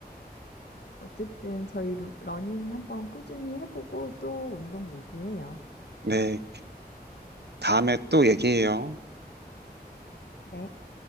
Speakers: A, on the left; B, on the right.
A: 어쨌든 저희 루- 러닝 한번 꾸준히 해보고 또 운동 얘기해요.
B: 네, 다음에 또 얘기해요.
A: 네.